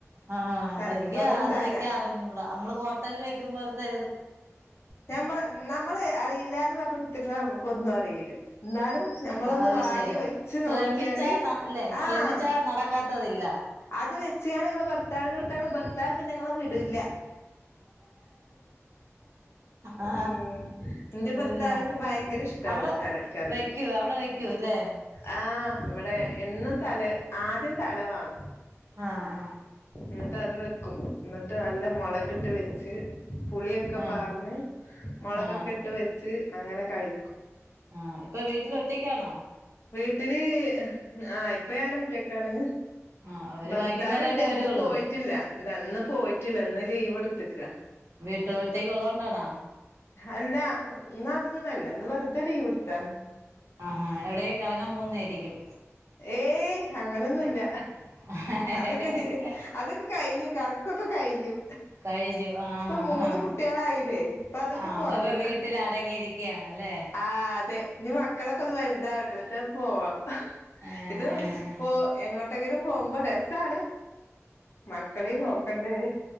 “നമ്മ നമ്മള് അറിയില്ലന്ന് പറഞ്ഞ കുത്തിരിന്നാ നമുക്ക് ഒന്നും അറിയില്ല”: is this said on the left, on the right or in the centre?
Left